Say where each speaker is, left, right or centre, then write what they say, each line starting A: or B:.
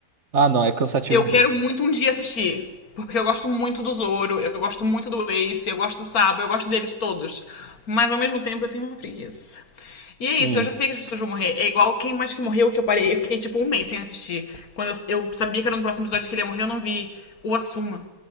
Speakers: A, on the right; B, on the left.
A: Ah, não, é cansativo
B: eu
A: mesmo.
B: quero muito um dia assistir. Porque eu gosto muito do Zoro, eu gosto muito do Ace, eu gosto do Sabo, eu gosto deles todos. Mas ao mesmo tempo eu tenho uma preguiça. E é isso,
A: Hum.
B: eu já sei que as pessoas vão morrer. É igual quem mais que morreu que eu parei. Eu fiquei tipo um mês sem assistir. Quando eu, eu sabia que era no próximo episódio que ele ia morrer, eu não vi o Assuma.